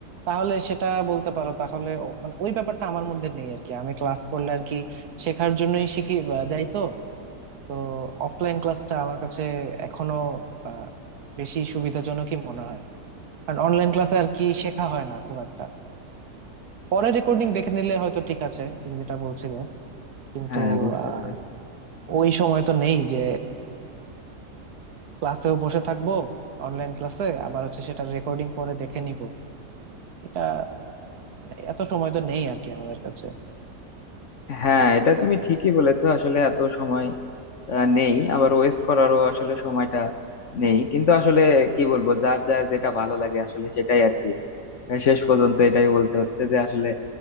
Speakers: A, on the right; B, on the left.
A: তাহলে সেটা বলতে পারো তাহলে ও- মানে ওই ব্যাপারটা আমার মধ্যে নেই আর কি আমি ক্লাস করলে আর কি শেখার জন্যই শিখি বা যাই তো তো অফলাইন ক্লাসটা আমার কাছে এখনো আহ, বেশি সুবিধাজনকই মনে হয় কারণ অনলাইন ক্লাসে আর কি শেখা হয় না খুব একটা পরে রেকর্ডিং দেখে নিলে হয়তো ঠিক আছে তুমি যেটা বলছিলে কিন্তু
B: হ্যাঁ বুঝতে
A: আহ
B: পেরেছি
A: ওই সময় তো নেই যে ক্লাসেও বসে থাকবো অনলাইন ক্লাসে আবার হচ্ছে সেটা রেকর্ডিং পরে দেখে নিব এটা মানে এত সময় তো নেই আর কি আমাদের কাছে
B: হ্যাঁ এটা তুমি ঠিকই বলেছো আসলে এত সময় আহ, নেই আবার ওয়েস্ট করারও আসলে সময়টা নেই কিন্তু আসলে কি বলবো যার যার যেটা ভালো লাগে আসলে সেটাই আর কি আহ, শেষ পর্যন্ত এটাই বলতে হচ্ছে যে আসলে